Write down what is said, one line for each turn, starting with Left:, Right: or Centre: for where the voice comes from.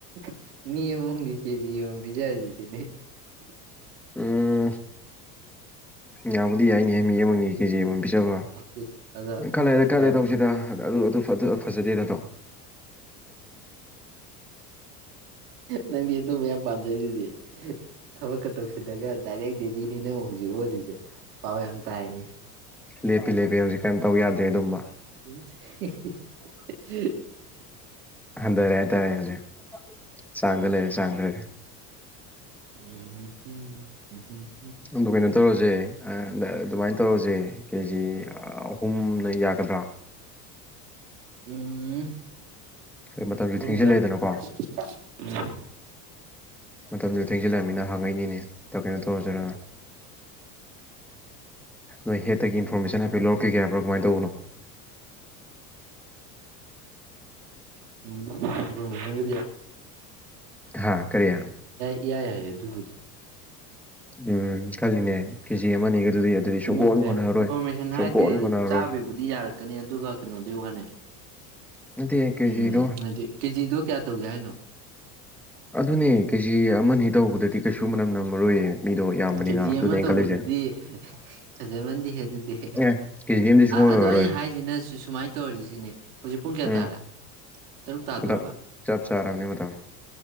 Right: <unintelligible>
Centre: ꯎꯝ ꯌꯥꯕꯨꯗꯤ ꯌꯥꯏꯅꯦ ꯃꯤ ꯑꯃꯒꯤ ꯀꯦꯖꯤ ꯑꯃꯃꯝ ꯄꯤꯖꯕ
Right: ꯏꯁ ꯑꯗꯣ
Centre: ꯈꯔ ꯂꯩꯔ ꯈꯔ
Right: ꯌꯥꯔꯛꯀꯅꯤꯍꯦ
Centre: ꯂꯩꯔ ꯇꯧꯁꯤꯗ ꯑꯗꯨ ꯐꯖꯗꯦꯗ <unintelligible>
Right: ꯅꯪꯗꯤ ꯑꯗꯨ ꯃꯌꯥꯝ ꯄꯥꯝꯖꯩꯗꯨꯗꯤ ꯊꯕꯛꯀ ꯇꯧꯁꯤꯜꯂꯒ ꯗꯥꯏꯔꯦꯛ ꯗꯦꯗꯤꯅꯦ ꯅꯪ ꯍꯧꯖꯤꯛ ꯑꯣꯜꯂꯤꯁꯦ ꯄꯥꯎ ꯌꯥꯝ ꯇꯥꯏꯅꯦ
Centre: ꯂꯦꯄꯤ ꯂꯦꯄꯤ ꯍꯧꯖꯤꯀꯥꯟ ꯇꯧ ꯌꯥꯗ꯭ꯔꯦ ꯑꯗꯨꯝꯕ
Right: <unintelligible>
Centre: ꯍꯟꯗꯔꯦ ꯍꯥꯏꯇꯥꯔꯦ ꯍꯨꯖꯤꯛ ꯆꯥꯡꯗ ꯂꯩꯔꯦ ꯆꯥꯡꯗ ꯂꯩꯔꯦ
Right: ꯎꯝ ꯎꯝ ꯎꯝ
Centre: ꯑꯗꯨ ꯀꯩꯅꯣ ꯇꯧꯔꯁꯦ ꯑꯗ ꯑꯗꯨꯃꯥꯏꯅ ꯇꯧꯔꯁꯦ ꯀꯦꯖꯤ ꯑꯍꯨꯝꯅ ꯌꯥꯒꯗ꯭ꯔꯥ
Right: ꯎꯝ <unintelligible>
Centre: ꯃꯇꯝꯁꯨ ꯊꯦꯡꯖꯤꯜꯂꯛꯑꯦꯗꯅꯀꯣ ꯃꯇꯝꯖꯨ ꯊꯦꯡꯖꯤꯜꯂꯃꯤꯅ ꯍꯪꯉꯛꯏꯅꯤꯅꯦ ꯀꯩꯅꯣ ꯇꯧꯔꯁꯤꯔ ꯅꯣꯏ ꯍꯦꯠꯇꯒꯤ ꯏꯟꯐꯣꯔꯃꯦꯁꯟ ꯍꯥꯏꯐꯦꯠ ꯂꯧꯔꯛꯈꯤꯒꯦ ꯍꯥꯏꯕ꯭ꯔꯥ ꯀꯃꯥꯏꯅ ꯇꯧꯕꯅꯣ
Right: <unintelligible>
Centre: ꯍꯥꯥ ꯀꯔꯤ
Right: ꯏꯌꯥ ꯌꯥꯏ ꯑꯗꯨꯕꯨꯗꯤ
Centre: ꯎꯝ ꯈꯜꯂꯤꯅꯦ ꯀꯦꯖꯤ ꯑꯃꯅꯤꯒꯗꯨꯗꯤ ꯑꯗꯨꯗꯤ ꯁꯨꯡꯀꯣꯟ
Right: ꯅꯠꯇꯦ
Centre: ꯀꯣꯟꯅꯔꯔꯣꯏ
Right: ꯏꯟꯐ‌ꯣꯔꯃꯦꯁꯟ
Centre: ꯁꯨꯡꯀꯣꯟ
Right: ꯍꯥꯏꯁꯦ
Centre: ꯀꯣꯟꯅꯔꯔꯣꯏ
Right: ꯆꯥꯕꯩꯕꯨꯗꯤ ꯌꯥꯔꯛꯀꯅꯤ ꯑꯗꯨꯒ ꯀꯩꯅꯣꯗꯨꯢ ꯋꯥꯅꯤ
Centre: ꯅꯠꯇꯦ ꯀꯦꯖꯤꯗꯣ
Right: ꯎꯝ ꯍꯥꯏꯗꯤ ꯀꯦꯖꯤꯗꯣ ꯀꯌꯥ ꯇꯧꯁꯦ ꯍꯥꯏꯅꯣ
Centre: ꯑꯗꯨꯅꯦ ꯀꯦꯖꯤ ꯑꯃꯅꯤ ꯇꯧꯕꯗꯗꯤ ꯀꯩꯁꯨ ꯃꯅꯝ ꯅꯝꯃꯔꯣꯏꯌꯦ ꯃꯤꯗꯣ ꯌꯥꯝꯕꯅꯤꯅ
Right: ꯎꯝ ꯀꯦꯖꯤ
Centre: ꯑꯗꯨꯅꯦ
Right: ꯑꯃ
Centre: ꯑꯩꯅ
Right: ꯇꯧꯕꯗꯨꯗꯤ
Centre: ꯈꯜꯂꯤꯁꯦ
Right: ꯐꯖꯃꯟꯗꯦ ꯑꯗꯨꯗꯤ
Centre: ꯑꯦ ꯀꯦꯖꯤ ꯑꯃꯗꯤ ꯁꯨꯡꯑꯣꯏ
Right: ꯑꯗꯣ
Centre: ꯑꯣꯏꯔꯔꯣꯏ
Right: ꯑꯩꯅ ꯍꯥꯏꯁꯤꯅ ꯁꯨ ꯁꯨꯃꯥꯏꯅ ꯇꯧꯔꯤꯁꯤ ꯁꯤꯅꯤ ꯍꯧꯖꯤꯛ ꯄꯨꯡ ꯀꯌꯥ
Centre: ꯎꯝ
Right: ꯇꯥꯔꯦ ꯇꯔꯨꯛ ꯇꯥꯗ‌ꯣꯔꯕ
Centre: ꯃꯇꯝ ꯆꯞ ꯆꯥꯔꯕꯅꯤ ꯃꯇꯝ